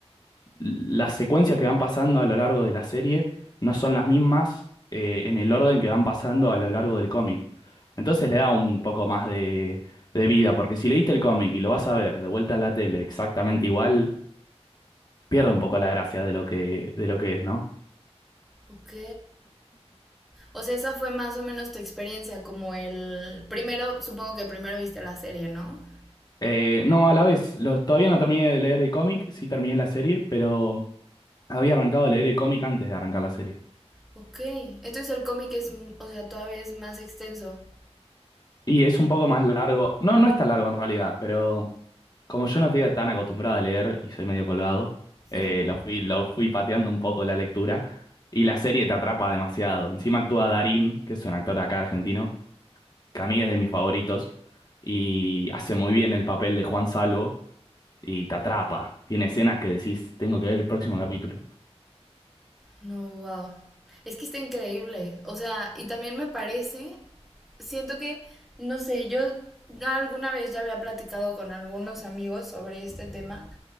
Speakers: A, on the left; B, in the centre.
A: las secuencias que van pasando a lo largo de la serie no son las mismas eh, en el orden que van pasando a lo largo del cómic. Entonces le da un poco más de, de vida, porque si leíste el cómic y lo vas a ver de vuelta a la tele exactamente igual, pierde un poco la gracia de lo que, de lo que es, ¿no?
B: Ok. O sea, esa fue más o menos tu experiencia, como el... Primero, supongo que primero viste la serie, ¿no?
A: Eh, no, a la vez, lo- todavía no terminé de leer el cómic, sí terminé la serie, pero había arrancado a leer el cómic antes de arrancar la serie.
B: Ok. Entonces el cómic es, o sea, todavía es más extenso.
A: Y es un poco más largo. No, no es tan largo en realidad, pero como yo no estoy tan acostumbrado a leer y soy medio colgado, eh,
B: <laughs>
A: lo fui, lo fui pateando un poco la lectura y la serie te atrapa demasiado. Encima actúa Darín, que es un actor acá argentino, que a mí es de mis favoritos, y hace muy bien el papel de Juan Salvo y te atrapa. Tiene escenas que decís, tengo que ver el próximo capítulo.
B: No, wow. Es que está increíble. O sea, y también me parece, siento que, no sé, yo alguna vez ya había platicado con algunos amigos sobre este tema,